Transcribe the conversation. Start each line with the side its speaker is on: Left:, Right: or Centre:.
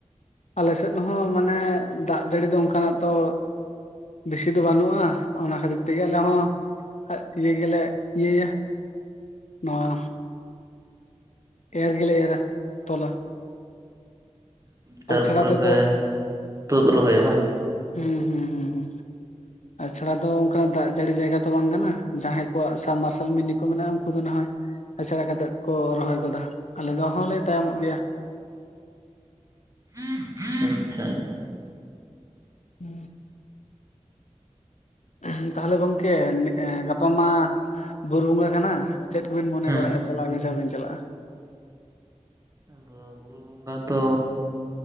Left: ᱟᱞᱮᱥᱮᱫ ᱦᱚᱸ, ᱢᱟᱱᱮ, ᱫᱟᱜ ᱡᱟᱹᱲᱤ ᱫᱚ, ᱚᱝᱠᱟ ᱱᱟᱜ ᱛᱚ ᱵᱤᱥᱤ ᱫᱚ, ᱵᱟᱱᱩᱜᱼᱟ, ᱚᱱᱟ ᱠᱷᱟᱛᱤᱨ ᱛᱮᱜᱮ, ᱟᱞᱮ
Right: ᱦᱮᱸ
Left: ᱦᱚᱸ ᱟᱡ ᱤᱭᱟᱹ ᱜᱮᱞᱮ, ᱤᱭᱟᱹᱭᱟ, ᱱᱚᱣᱟ ᱮᱨ ᱜᱮᱞᱮ, ᱮᱨᱟ ᱛᱚᱞᱟ ᱾
Right: ᱛᱟᱨ
Left: ᱟᱪᱷᱲᱟ
Right: ᱯᱚᱨᱮ
Left: ᱛᱮᱫᱚ
Right: ᱯᱮ, ᱛᱩᱫ ᱨᱚᱦᱚᱭᱟ ᱾ ᱵᱟᱝ?
Left: ᱦᱩᱸ ᱦᱩᱸ, ᱦᱩ, ᱸ ᱦᱩᱸ ᱾ ᱟᱪᱷᱲᱟ ᱫᱚ, ᱚᱱᱠᱟᱱ ᱫᱟᱜ ᱡᱟᱹᱲᱤ ᱡᱟᱭᱜᱟ ᱛᱚ, ᱵᱟᱝ ᱠᱟᱱᱟ ᱾ ᱡᱟᱸᱦᱟᱸᱭ ᱠᱚᱣᱟᱜ ᱥᱟᱢᱢᱟᱨᱥᱟᱞ ᱢᱤᱱᱤ ᱠᱚ, ᱢᱮᱱᱟᱜᱼᱟ, ᱩᱱᱠᱩ ᱫᱚ ᱱᱟᱜ ᱦᱚᱭ ᱟᱪᱷᱲᱟ ᱠᱟᱛᱮᱫ ᱠᱚ, ᱨᱚᱦᱚᱭ ᱜᱚᱫᱟ ᱾ ᱟᱞᱮ ᱫᱚ, ᱦᱚᱸᱞᱮ ᱛᱟᱭᱚᱢᱚᱜ ᱜᱮᱭᱟ ᱾
Right: <unintelligible> ᱟᱪᱪᱷᱟ ᱟᱪᱷ <unintelligible>
Left: ᱦᱩ <inaudible> ᱸ <inaudible> ᱮᱦᱮᱢ ᱛᱟᱦᱞᱮ, ᱜᱚᱝᱠᱮ, ᱜᱟᱯᱟ ᱢᱟ, ᱵᱩᱨᱩ ᱵᱚᱸᱜᱟ ᱠᱟᱱᱟ ᱾ ᱪᱮᱫ ᱠᱚᱵᱤᱱ ᱢᱚᱱᱮ
Right: ᱦᱮᱸ
Left: ᱵᱟᱲᱟ ᱮᱭᱼᱟ, ᱪᱟᱞᱟᱜ ᱟᱵᱤᱱ ᱥᱮ, ᱵᱟᱵᱤᱱ ᱪᱟᱞᱟᱜᱼᱟ ᱾
Right: ᱟᱫᱚ ᱜᱩᱨᱩ ᱛᱚ